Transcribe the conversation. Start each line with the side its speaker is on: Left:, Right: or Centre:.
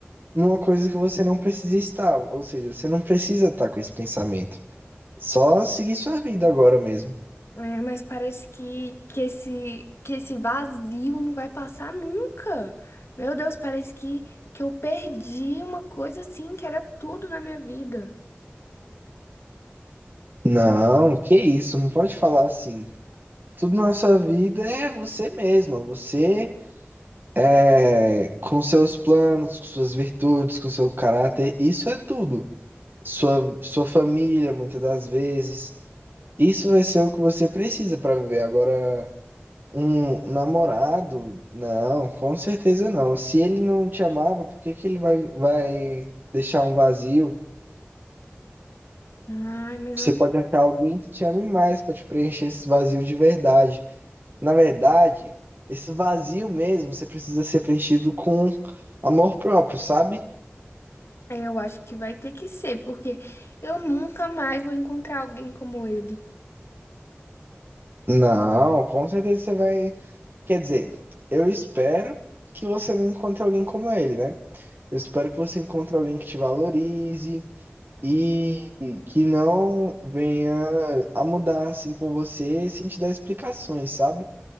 Right: numa coisa que você não precisa estar. Ou seja, você não precisa estar com esse pensamento. Só seguir sua vida agora mesmo.
Left: É, mas parece que, que esse, que esse vazio não vai passar nunca. Meu Deus, parece que, que eu perdi uma coisa assim que era tudo na minha vida.
Right: Não, que isso, não pode falar assim. Tudo na sua vida é você mesma, você é, com seus planos, com suas virtudes, com seu caráter, isso é tudo. Sua, sua família, muitas das vezes, isso vai ser o que você precisa para viver. Agora, Um namorado? Não, com certeza não. Se ele não te amava, por que que ele vai, vai deixar um vazio?
Left: Ai, mas
Right: Você
Left: eu,
Right: pode achar alguém que te ame mais para te preencher esse vazio de verdade. Na verdade, esse vazio mesmo, você precisa ser preenchido com amor próprio, sabe?
Left: eu acho que vai ter que ser, porque eu nunca mais vou encontrar alguém como ele.
Right: Não, com certeza você vai. Quer dizer, eu espero que você não encontre alguém como ele, né? Eu espero que você encontre alguém que te valorize E que não venha a mudar assim com você sem te dar explicações, sabe?